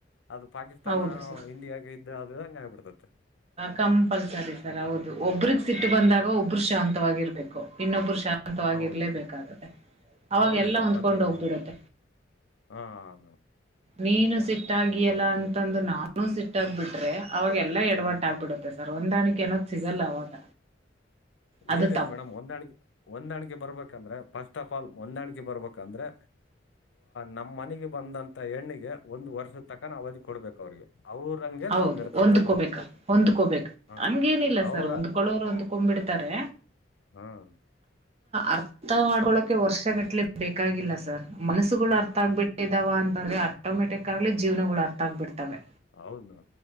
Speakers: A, on the left; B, on the right.
A: ಅದು ಪಾಕಿಸ್ತಾನ
B: ಹೌದು ಸರ್
A: ಇಂಡಿಯಾಾಗ ಇದ್ದ ಅದು ಹಂಗ ಆಗಬಿಡ್ತ.
B: ಕಂಪಲ್ಸರಿ ಸರ್ ಹೌದು ಒಬ್ರಗ್ ಸಿಟ್ಟು
A: ಹಾ
B: ಬಂದಾಗ ಒಬರು ಶಾಂತವಾಗಿರ್ಬೇಕು. ಇನ್ನೊಬ್ಬರು ಶಾಂತವಾಗಿ
A: ಹೌದ್
B: ಇರ್ಲೇಬೇಕಾಗತ್ತೆ
A: ಮೇಡಮ್
B: ಅವಾಗ
A: ಹೌದ್
B: ಎಲ್ಲಾ
A: ಮೇಡಮ್
B: ಹೊಂದ್ಕೊಂಡ್
A: ಅದು
B: ಹೋಗ್ಬಿಡತ್ತೆ.
A: ಹಾ ಹ
B: ನೀನು ಸಿಟ್ಟಾಗಿಯಲ್ಲ ಅಂತಂದು ನಾನು ಸಿಟ್ಟಾಗಬಿಟ್ರೆ ಅವಾಗೆಲ್ಲಾ ಎಡಮಟ್ಟ
A: ಹಾ
B: ಆಗ್ಬಿಡುತ್ತೆ ಸರ್ ಹೊಂದಾಣಿಕೆ ಏನದ್ ಸಿಗಲ್ಲ ಅವಾಗ. ಅದು
A: ಏನಿಲ್ಲ
B: ತಪ್ಪು
A: ಮೇಡಮ್ ಒಂದಾಣಿಕೆ ಒಂದಾಣಿಕೆ ಬರ್ಬೇಕಂದ್ರೆ ಫಸ್ಟ್ ಆಫ <unintelligible> ಪಫಾಲ್ ಹೊಂದಾಣಿಕೆ ಬರ್ಬೇಕಂದ್ರೆ ನಮ್ಮ್ ಮನೆಗೆ ಬಂದಂತ ಎಣ್ಣಿಗೆ ಒಂದ್ ವರ್ಷದ ತಕನ ಅವಧಿ ಕೊಡ್ಬೇಕು ಅವ್ರಿಗೆ ಅವ್ರಂಗೆ
B: ಹೌದು
A: ನಾವು ನಡ್ಕೊಂತ
B: ಹೊಂದ್ದ್ಕೋಬೇಕ
A: ಹೋಗ್ಬೇಕು
B: ಹೊಂದ್ಕೋಬೇಕ
A: ಹಾ
B: ಹಂಗೇನಿಲ್ಲ
A: ಅವರ
B: ಸರ್ ಹೊಂಡ್ಕೊಳೋರು ಹೊಂದ್ದ್ಕೊಡ್ತಾರೆ
A: ಹ್ಮ್
B: ಅರ್ಥ ಮಾಡ್ಕೊಳಕೆ ವರ್ಷ ಗಟ್ಲೆ ಬೇಕಾಗಿಲ್ಲ ಸರ್ ಮನಸ್ಸುಗಳು
A: ಹಾ
B: ಅರ್ಥ ಆಗ್ಬ ಬಿಟ್ಟಿದಾವ ಅಂತಂದ್ರೆ ಆಟೋಮೆಟಿಕ್ ಆಗ್ಲಿ ಜೀವನಗಳು ಅರ್ಥ ಆಗ್ಬಿಡ್ತವೆ
A: ಹೌದು ಮೇಡಮ್